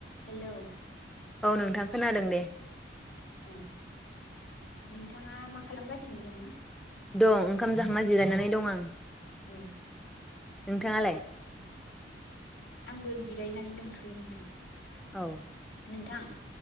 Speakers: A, on the left (about 80°); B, in the centre.
A: Hello
B: औ नोंथां खोनादों दे
A: औ। नोंथाङा मा खालामगासिनो दङो <inaudible>
B: दं ओंखाम जाहांना जिरायनानै दं आं।
A: औ।
B: नोंथाङालाय?
A: आंबो जिरायनानै दंथ'यो नोंथां
B: औ
A: नोंथां।